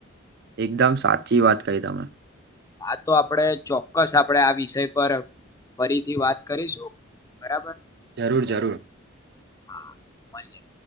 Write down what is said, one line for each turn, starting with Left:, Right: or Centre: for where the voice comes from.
Right: એકદમ સાચી વાત કહી તમે.
Left: આ તો આપડે ચોક્કસ આપડે આ વિષય પર ફરીથી વાત કરીશું બરાબર.
Right: જરૂર જરૂર.
Left: હા પછી.